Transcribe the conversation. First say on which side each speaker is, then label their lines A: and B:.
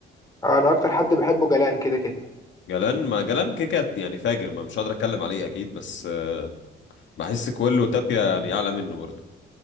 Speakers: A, on the left; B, on the left.
A: انا اكتر حد بحبه جلان كده كده
B: جلان ما جلان كيكات يعني فاجر ما مش قادر اتكلم عليه اكيد بس آه، بحس كله تابيا يعني اعلى منه برضه